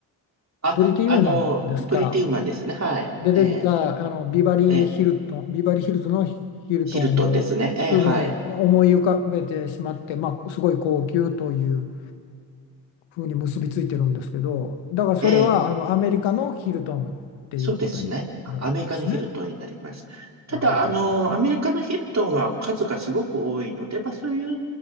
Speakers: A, on the right; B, on the left.
A: あ、
B: プリティ・
A: あの、
B: ウーマンですか、
A: プリティウーマンですね。はい。
B: 出てきたあのビバリー・
A: ええ、ええ、
B: ヒルトン、ビバリー・ヒルズのヒルトンをすぐに思い浮かべてしまって、
A: ヒルトンですね。ええ、はい。
B: まあ、すごい高級というふうに結びついてるんですけど、だからそれはあのアメリカのヒルトンっていうことになるわけですね。
A: ええ、そうですね。あアメリカのヒルトンになります。ただ、
B: なるほど。
A: あの、アメリカのヒルトンは数がすごく多いので、まあそういう